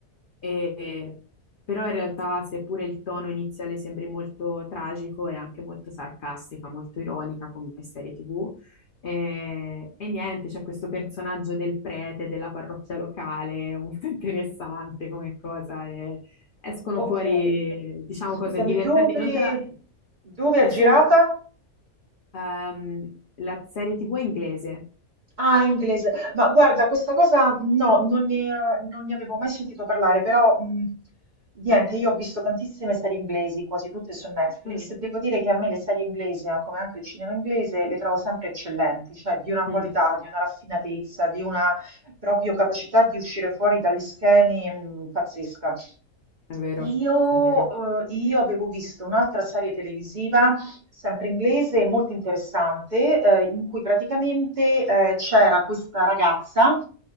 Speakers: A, on the left (about 80°); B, on the right (about 45°).
A: e- però in realtà, seppure il tono iniziale sembri molto tragico, è anche molto sarcastica, molto ironica come serie TV. E, e niente, c'è questo personaggio del prete della parrocchia locale, molto interessante come cosa, e Escono
B: Ok,
A: fuori, diciamo,
B: scusami,
A: cose divertenti.
B: dove,
A: Non te la...
B: dove
A: È
B: è girata?
A: su ehm, la serie TV inglese.
B: Ah, in inglese. Ma guarda, questa cosa no, non ne, non ne avevo mai sentito parlare, però mh, niente, io ho visto tantissime serie inglesi, quasi tutte su Netflix.
A: Mm.
B: Devo dire che a me le serie inglesi, eh, come anche il cinema inglese, le trovo sempre eccellenti, cioè di una
A: Mm,
B: qualità, di una raffinatezza, di una proprio capacità di uscire fuori dagli schemi, mh, pazzesca.
A: è vero,
B: Io,
A: è vero.
B: eh, io avevo visto un'altra serie televisiva, sempre inglese, molto interessante, eh, in cui praticamente eh, c'era questa ragazza